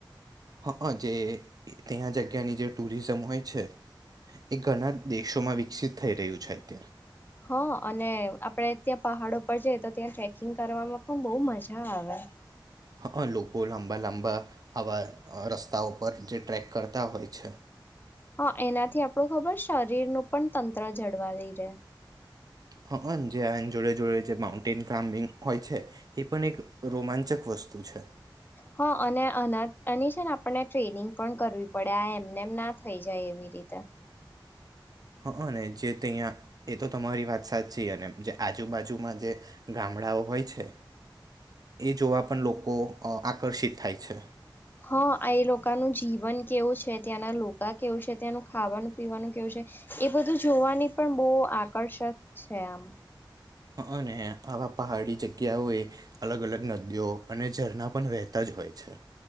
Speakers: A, on the right; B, on the left.
A: હા જે ત્યાં જગ્યાની જે ટુરિઝમ હોય છે એ ઘણા દેશોમાં વિકસિત થઈ રહ્યું છે અત
B: હ અને આપડે ત્યાં પહાડ પર જઈ તો ત્યાં ટ્રેકિંગ કરવામાં પણ બહુ મજા આવે
A: હા હા લોકો લા લાંબા આવા રસ્તા ઉપર જે ટ્રેક કરતા હોય છે
B: હા એનાથી આપણું ખબર શરીરનું પણ તંત્ર જળવાય રહે
A: હા હા જે આ જોડે જોડે જે માઉન્ટેન ક્લાઇમ્બિંગ હોય છે એ પણ એક રોમાંચક વસ્તુ છે
B: હા અને અના એની છે આપણને ટ્રેનિંગ પણ કરવી પડે આ એમને એમ ના થઈ જાય એવી રીતે
A: હ ને જે ત અહીંયા એ તો તમારી વાત વરસાદ છે અને જે આજુબાજુમાં જે ગામડાઓ હોય છે એ જોવા પણ લોકો આકર્ષિત થાય છે
B: હા એ લોકોનું જીવન કેવું છે ત્યાંના લોકો કેવું છે ત્યાંનું ખાવાનું પીવાનું કેવું છે એ બધું જોવાની પણ બહુ આકર્ષક છે આમ
A: અને આવા પહાડી જગ્યાઓએ અલગ અલગ નદીઓ અને ઝરણા પણ વહેતા જ હોય છે